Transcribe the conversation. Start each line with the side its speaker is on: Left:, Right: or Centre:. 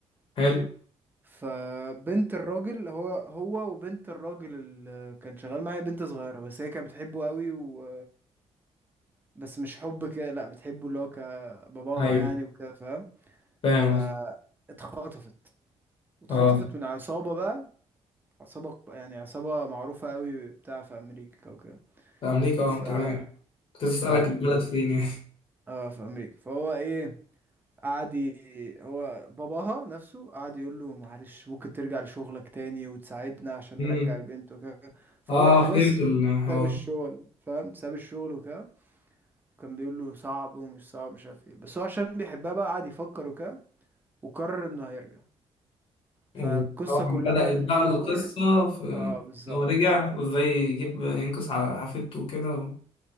Left: حلو
Right: ماشي فبنت الراجل هو هو وبنت الراجل اللي كان شغال معايا بنت صغيرة بس هي كانت بتحبه قوي و بس مش حب كده لأ بتحبه اللي هو كباباها
Left: أيوه
Right: يعني وكده فاهم
Left: فاهم
Right: فاتخطفت
Left: قصدي
Right: واتخطفت
Left: أه
Right: من عصابة بقى عصابة يعني عصابة معروفة قوي بتاع في أمريكا وكده
Left: في أمريكا
Right: ف
Left: أه تمام كنت أسألك
Right: ف
Left: البلد فين يعني <laughs>
Right: اه في أمريكا فهو إيه قعد ي... هو باباها نفسه قعد يقول له معلش ممكن ترجع لشغلك تاني وتساعدنا عشان
Left: أمم.
Right: نرجع البنت وكده فهو
Left: أه
Right: خلاص
Left: فهمت الحوار
Right: ساب الشغل فاهم ساب الشغل وكده وكان بيقول له صعب ومش صعب مش عارف ايه بس هو عشان بيحبها بقى قعد يفكر وكده وقرر انه هيرجع فالقصة
Left: وطبعا
Right: كلها
Left: بدأت
Right: بقى بتدور
Left: بقى القصة في
Right: اه بالظبط
Left: إن هو رجع وإزاي يجيب ينقذ ع- حفيدته وكده و...